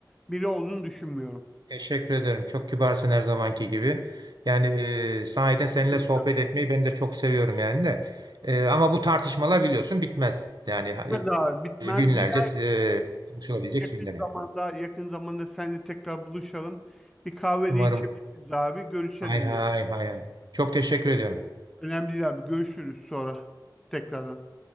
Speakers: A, in the centre; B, on the right.
A: biri olduğunu düşünmüyorum.
B: Teşekkür ederim. Çok kibarsın her zamanki gibi. Yani e, sahiden
A: Onu
B: seninle
A: hiç düşünmüyorum.
B: sohbet etmeyi ben de çok seviyorum yani de. E, ama bu tartışmalar biliyorsun bitmez. Yani
A: Bitmez abi bitmez.
B: e, günlerce
A: Bir daha e,
B: e, konuşulabilecek
A: yakın
B: şeyler yani.
A: zamanda yakın zamanda seninle tekrar buluşalım. Bir kahve
B: Umarım.
A: de içebiliriz abi. Görüşelim
B: Hay hay
A: ya.
B: hay hay. Çok teşekkür ediyorum.
A: Önemli değil abi. Görüşürüz sonra tekrardan.